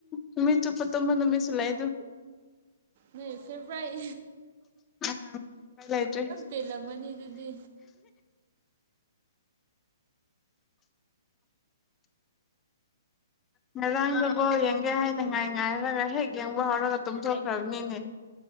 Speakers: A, on the left (about 15°); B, on the right (about 40°).
A: ꯅꯨꯃꯤꯠ ꯆꯨꯞꯄ ꯇꯨꯝꯕ ꯅꯨꯃꯤꯠꯁꯨ ꯂꯩꯌꯦꯗꯨ
B: ꯅꯣꯏ ꯐꯦꯕ꯭ꯔꯣꯔꯥꯠ
A: ꯎꯝ ꯂꯩꯇꯔꯦ
B: ꯄꯦꯜꯂꯝꯃꯅꯤ ꯑꯗꯨꯗꯤ
A: ꯉꯔꯥꯡꯗꯣ ꯕꯣꯜ ꯌꯦꯡꯒꯦ ꯍꯥꯏꯅ ꯉꯥꯏ ꯉꯥꯏꯔꯒ ꯍꯦꯛ ꯌꯦꯡꯕ ꯍꯧꯔꯒ ꯇꯨꯝꯊꯣꯛꯈ꯭ꯔꯕꯅꯤꯅꯦ